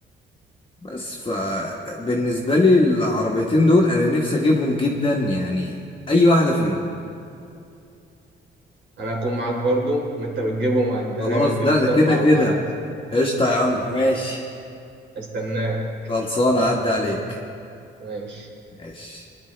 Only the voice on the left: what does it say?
بس فبالنسبة لي العربيتين دول انا نفسي اجيبهم جدا يعني اي واحدة فيهم
خلاص
ده ده كده
كده
قشطة يا عم ماشي
خلصانة عدى عليك
ماشي